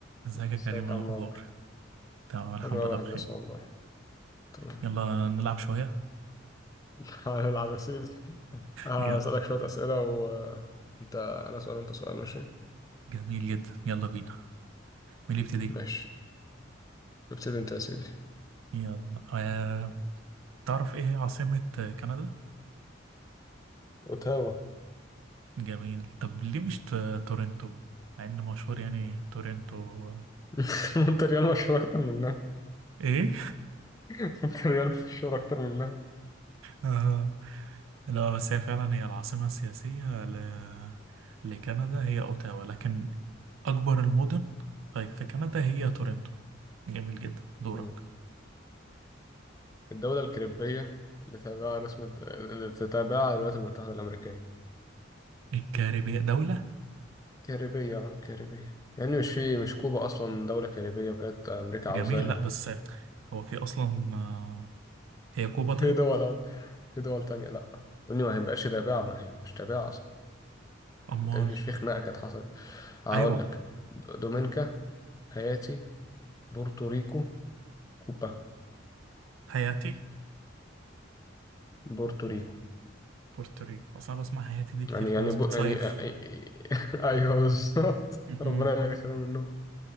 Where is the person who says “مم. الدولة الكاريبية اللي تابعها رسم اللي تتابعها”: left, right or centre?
Left